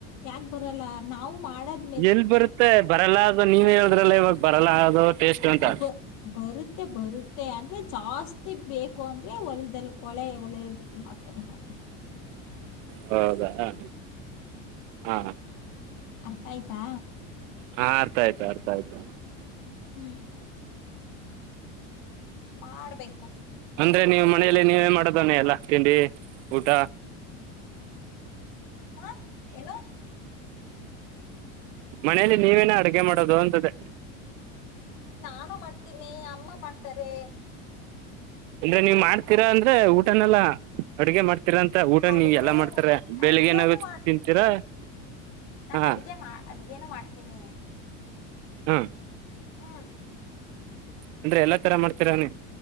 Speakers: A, on the left (about 70°); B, on the right (about 75°).
A: ಯಾಕ ಬರಲ್ಲ ನಾವು ಮಾಡದ
B: ಎಲ್ಲಿ ಬರುತ್ತೆ ಬರಲ್ಲ ಅದ ನೀವ ಹೇಳುದ್ರಲ್ಲ ಇವಾಗ ಬರಲ್ಲ ಅದು ಟೇಸ್ಟ್ ಅಂತ
A: ಅಬ್ಬಾ ಬರುತ್ತೆ ಬರುತ್ತೆ ಅಂದ್ರೆ ಜಾಸ್ತಿ ಬೇಕು ಅಂದ್ರೆ ಹೊಲದಲ್ಲಿ ಕೊಳೆ ಒಲೆ <unintelligible>
B: ಹೌದಾ ಹ ಹಾ
A: ಅರ್ಥ ಆಯ್ತಾ
B: ಹಾ ಅರ್ಥ ಆಯ್ತು ಅರ್ಥ ಆಯ್ತು
A: ಹ್ಮ್ ಮಾಡ್ಬೇಕು
B: ಅಂದ್ರೆ ನೀವು ಮನೇಯಲ್ಲಿ ನೀವೇ ಮಾಡದವನ್ನೆ ಎಲ್ಲ ತಿಂಡಿ ಊಟ
A: ಹಾ ಏನೋ
B: ಮನೇಲಿ ನೀವೇನ ಅಡ್ಗೆ ಮಾಡೋದು ಅಂತ್ದೇ
A: ನಾನು ಮಾಡ್ತೀನಿ ಅಮ್ಮ ಮಾಡ್ತಾರೆ
B: ಅಂದ್ರೆ ನೀವು್ ಮಾಡ್ತೀರಾ ಅಂದ್ರೆ ಊಟನೆಲ್ಲಾ ಅಡುಗೆ ಮಾಡ್ತೀ ತೀರ ಅಂತ ಊಟ
A: ಅಡ್ಗೆ
B: ನೀ ಎಲ್ಲಾ ಮಾಡ್ತಾರ ಬೆಳಿಗ್ಗೆ
A: ಅಡ್ಗೆನು
B: ಏನಾಗುತ್ತ ತಿಂತೀರಾ
A: ನಾನು
B: ಹಾ
A: ಅಡ್ಗೆ ಮಾ ಅಡ್ಗೇನು ಮಾಡ್ತೀನಿ
B: ಹಾ
A: ಹ
B: ಅಂದ್ರೆ ಎಲ್ಲ ತರ ಮಾಡ್ತೀರ ಅವನಿ